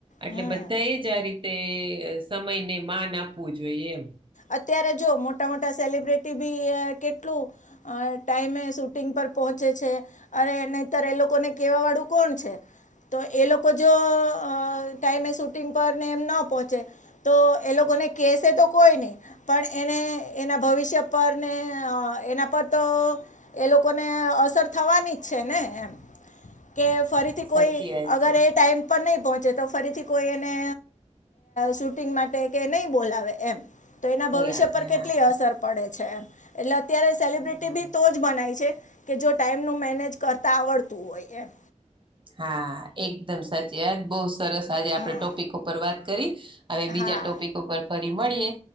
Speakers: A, on the right; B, on the left.
A: એટલે
B: હમ
A: બધા એ જ આ રીતે સમયને માન આપવું જોઈએ એમ.
B: અત્યારે જો મોટા મોટા સેલિબ્રિટી બી કેટલું અ ટાઈમે શૂટિંગ પર પહોંચે છે. અરે નતર એ લોકોને કેવા વાળું કોણ છે. તો એ લોકો જો ટાઈમે શૂટિંગ પર ને એમ ના પહોંચે તો એ લોકોને કહેસે તો કોઈ નહીં પણ એને એના ભવિષ્ય પર ને એના પર તો એ લોકોને અસર થવાની જ છે ને એમ કે ફરી
A: સાચી
B: કો
A: વાત
B: અગર
A: છે
B: એ ટાઈમ પર નહી પહોંચે તો ફરીથી કોઈ એને છૂ શૂટિંગ માટે કે નહી બોલાવે એમ. તો એના
A: બોલાવે
B: ભવિષ્ય પર
A: હા
B: કેટલી અસર પડે છે એટલે અત્યારે સેલિબ્રિટી
A: હમ
B: બી તો બનાય છે કે જો ટાઈમનું મેનેજ કરતા આવડતું હોય એમ.
A: હા એકદમ સાચી વાત બહુ સરસ આજે આપણે
B: હા
A: ટોપિક ઉપર વાત કરી હવે બીજા
B: હા
A: ટોપિક ઉપર ફરી મળીએ.